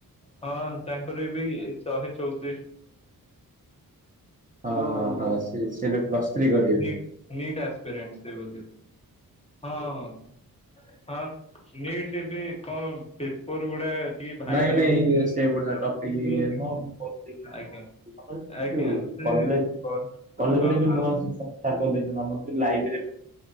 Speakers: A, on the left; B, on the right.
A: ହଁ ତାଙ୍କର ଏ ବି ଆଁ ସେ।
B: ହଁ ହଁ ହଁ ସିଏ ସିଏ ଏବେ ପ୍ଲସ୍
A: ନି
B: ଥ୍ରୀ କରିବେ
A: ନିଟ୍ ଅସ୍ପିରେଣ୍ଟ ସେ ବୋଧେ। ହଁ ହଁ ନିଟ୍ ବି କଣ ପେପର ଗୁଡ଼ା। ଟିକେ ଭାଇରାଲ୍
B: ନାଇଁ ନାଇଁ
A: ହେଉଛି
B: ସେ ଗୋଟେ ଟପିକ୍ ଇଏ ନୁହଁ
A: <unintelligible>
B: ମୁଁ କହୁଥିଲି
A: <inaudible>
B: ଯୋଉ କଲେଜ କଲେଜରେ ବି ନୂଆ <unintelligible> ଲାଇବ୍ରେରୀ